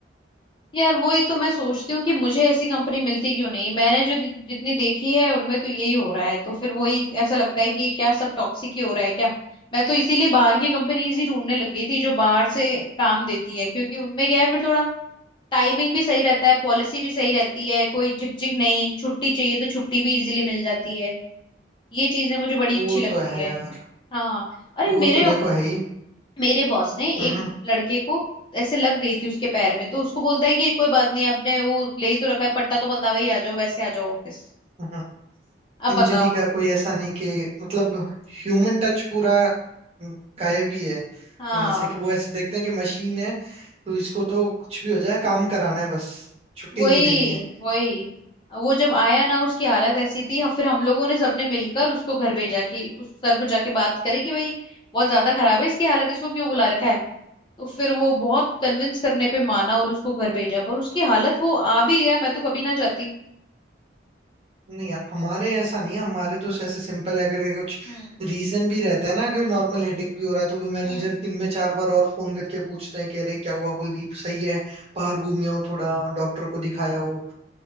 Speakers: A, on the left (about 25°); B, on the right (about 35°).
A: यार वही तो मैं सोचती हूँ कि मुझे ऐसी कंपनी मिलती क्यों नहीं मैंने जो जि- जितनी देखी है उनमें तो यही हो रहा है तो फिर वही ऐसा लगता है कि ये क्या सब टॉक्सिक ही हो रहा है क्या मैं तो इसीलिए बाहर की कंपनीज ही ढूंढने लग गई थी जो बाहर से काम देती है क्योंकि उनमें क्या है फिर थोड़ा टाइमिंग भी सही रहता है पॉलिसी भी सही रहती है कोई झिकझिक नहीं छुट्टी चाहिए तो छुट्टी भी इजीली मिल जाती है ये चीजें मुझे बड़ी
B: वो
A: अच्छी लगती
B: तो है
A: है
B: यार
A: हाँ अरे
B: वो
A: मेरे
B: तो देखो है ही
A: मेरे बॉस ने
B: हम्म
A: एक लड़के को ऐसे लग गई थी उसके पैर में तो उसको बोलता है कि कोई बात नहीं आपने वो ले ही तो रखा है पट्टा तो बंधा वही आ जाओ वैसे आ जाओ ऑफिस
B: हम्म
A: अब
B: इंजरी
A: बताओ
B: का कोई ऐसा नहीं कि मतलब ह्यूमन टच पूरा हम्म, गायब ही है
A: हाँ
B: वहां से कि वो ऐसे देखते हैं कि मशीन है तो इसको तो कुछ भी हो जाए काम कराना है बस छुट्टी
A: वही
B: नहीं देनी है
A: वही वो जब आया ना उसकी हालत ऐसी थी फिर हम लोगों ने सबने मिलकर उसको घर भेजा कि उस सर को जाके बात करें कि भाई बहुत ज्यादा खराब है इसकी हालत इसको क्यों बुला रखा है तो फिर वो बहुत कन्विंस करने पे माना और उसको घर भेजा पर उसकी हालत वो आ भी गया मैं तो कभी ना जाती
B: नहीं यार हमारे ऐसा नहीं है हमारे तो ऐसे सिंपल है अगर ये कुछ
A: हम्म
B: रीजन भी रहता है ना कि नॉर्मल हेडेक भी हो रहा है तो भी मैनेजर
A: हम्म
B: दिन में चार बार और फोन करके पूछते हैं कि अरे क्या हुआ कुलदीप सही है बाहर घूम आओ थोड़ा डॉक्टर को दिखाया हो